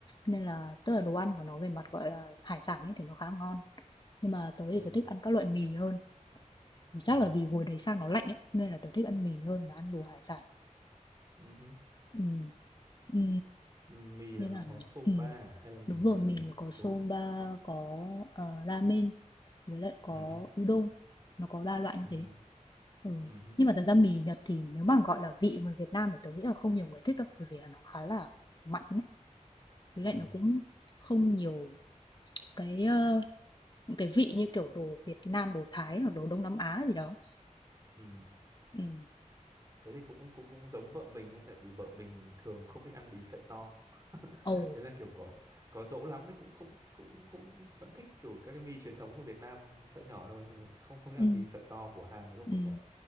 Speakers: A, on the left (about 35°); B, on the right (about 25°).
A: Nên là tức là đồ ăn của nó về mặt gọi là hải sản ấy thì nó khá ngon. Nhưng mà tớ thì
B: ừ
A: tớ thích ăn các loại mì hơn. Thì chắc
B: ừ
A: là vì hồi đấy sang nó lạnh ấy nên là tớ thích ăn mì hơn là ăn đồ hải sản.
B: ừ hứ.
A: Ừ, ừ,
B: mì
A: như
B: là nó
A: nào nhỉ?
B: có soba
A: Ừ.
B: à? hay là mì
A: Đúng rồi,
B: ờ,
A: mình có
B: đúng
A: soba,
B: không
A: có, ờ, ramen với lại có
B: ừ hứ,
A: udon, nó có 3 loại
B: ừ
A: như
B: hứ,
A: thế. Ừ.
B: ừ hứ,
A: Nhưng mà thật ra mì Nhật thì nếu mà gọi là vị người Việt Nam thì tớ nghĩ là không nhiều người thích đâu, bởi vì là nó khá là mặn ấy. Với
B: ừ
A: lại nó cũng không nhiều cái ờ, những cái vị như kiểu đồ Việt Nam, đồ Thái hoặc đồ Đông Nam Á gì đó.
B: Ừ.
A: Ừ.
B: Thế thì cũng cũng cũng giống vợ mình đấy tại vì vợ mình thường không thích ăn mì sợi to. <laughs>
A: Ồ.
B: Thế là kiểu có có dỗ lắm thì cũng cũng cũng cũng vẫn thích kiểu các cái mì truyền thống của Việt Nam sợi nhỏ thôi nhưng mà không không thích
A: Ừ.
B: ăn mì sợi to của Hàn với của
A: Ừ.
B: Nhật.